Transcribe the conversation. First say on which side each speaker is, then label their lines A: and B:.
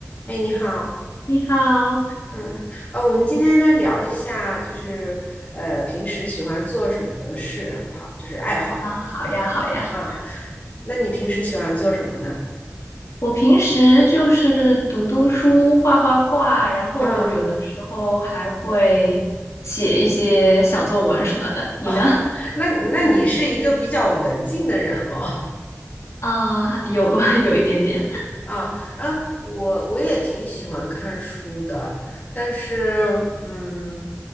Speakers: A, on the left (about 30°); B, on the left (about 75°).
A: 哎，你好，
B: 你好
A: 嗯，呃，我们今天来聊一下，就是呃，平时喜欢做什么事，好不好？就是爱好
B: 啊，好呀，好呀。
A: 啊。那你平时喜欢做什么呢？
B: 我平时就是读读书、画画画，然后有的时候还会写一些小作文什么的。
A: 啊，
B: 你呢？
A: 哦，那那你是一个比较文静的人了
B: 啊，有 <laughs> 有一点点。
A: <laughs> 啊啊，我我也挺喜欢看书的，但是嗯，